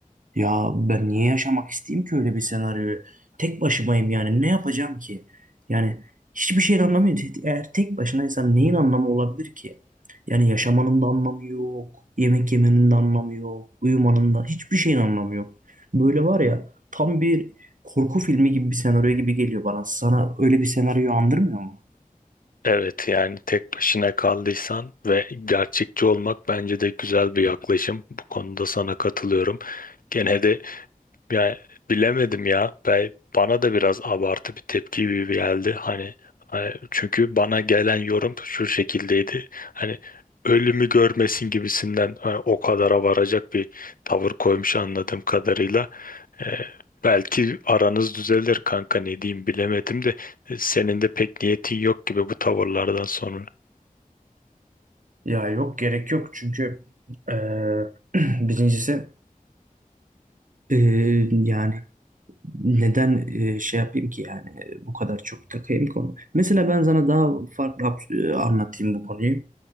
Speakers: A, on the right; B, on the left.
A: ya ben niye yaşamak isteyeyim ki öyle bir senaryoyu? Tek başımayım yani ne yapacağım ki? Yani hiçbir şeyin anlamı yok. Eğer tek başınaysan neyin anlamı olabilir ki? Yani yaşamanın da anlamı yok. Yemek yemenin de anlamı yok. Uyumanın da hiçbir şeyin anlamı yok. Böyle var ya tam bir korku filmi gibi bir senaryo gibi geliyor bana. Sana öyle bir senaryoyu andırmıyor mu?
B: Evet yani tek başına kaldıysan ve gerçekçi olmak bence de güzel bir yaklaşım. Bu konuda sana katılıyorum. Gene de yani bilemedim ya. Ben, bana da biraz abartı bir tepki gibi geldi. Hani, hani çünkü bana gelen yorum şu şekildeydi. Hani ölümü görmesin gibisinden hani o kadara varacak bir tavır koymuş anladığım kadarıyla. Ee, belki aranız düzelir kanka ne diyeyim bilemedim de e, senin de pek niyetin yok gibi bu tavırlardan sonra.
A: Ya yok gerek yok çünkü eee, <clears throat> birincisi Ee, yani neden e, şey yapayım ki yani e, bu kadar çok takayım konu. Mesela ben sana daha farklı ab- e, anlatayım bu konuyu.